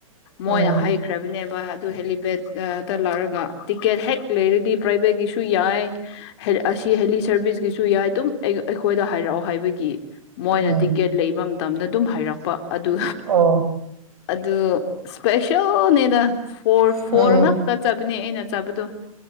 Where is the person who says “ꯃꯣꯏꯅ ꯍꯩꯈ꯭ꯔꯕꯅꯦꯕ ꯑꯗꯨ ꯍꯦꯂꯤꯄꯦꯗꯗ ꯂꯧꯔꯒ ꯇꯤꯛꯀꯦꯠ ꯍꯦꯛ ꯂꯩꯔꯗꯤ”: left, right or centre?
Left